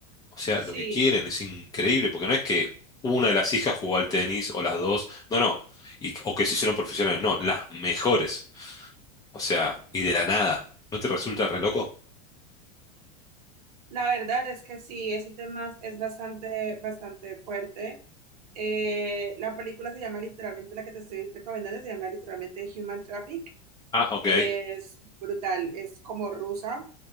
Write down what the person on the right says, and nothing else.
Sí.
La verdad es que sí, ese tema es bastante, bastante fuerte. Eh, la película se llama literalmente, la que te estoy recomendando, se llama literalmente Human Traffic.
Es brutal, es como rusa